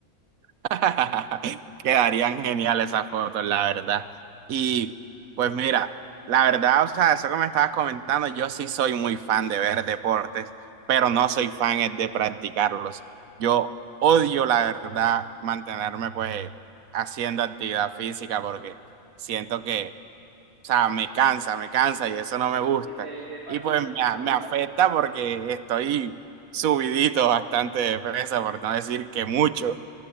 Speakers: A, on the right; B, on the right.
A: <laughs> Quedarían geniales esas fotos, la verdad. Y pues mira, la verdad, o sea, eso que me estabas comentando, yo sí soy muy fan de ver deportes, pero no soy fan es de practicarlos. Yo odio, la verdad, mantenerme pues haciendo actividad física porque siento que, o sea, me cansa, me cansa y eso no me gusta.
B: Te, te, te fatiga,
A: Y pues me,
B: te
A: a-
B: fatiga.
A: me afecta porque estoy subidito bastante de peso, por no decir que mucho.